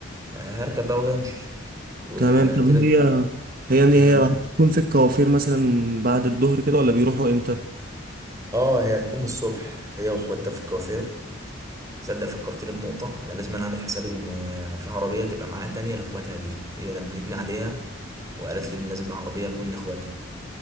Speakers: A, on the right; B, on the right.
A: هركب بقى وامشي وكده
B: تمام طب هي
A: كده
B: هي
A: مم.
B: هي هتكون في الكوافير مثلا بعد الظهر كده ولا بيروحوا امتى
A: اه هي هتكون من الصبح هي واخواتها في الكوافير صدق فكرتني بنقطة أنا لازم أنا أعمل حساب إن آه، في عربية تبقى معايا تانية لإخواتها دي هي نبهتني عليها وقالت لي إن لازم عربية تكون لإخواتها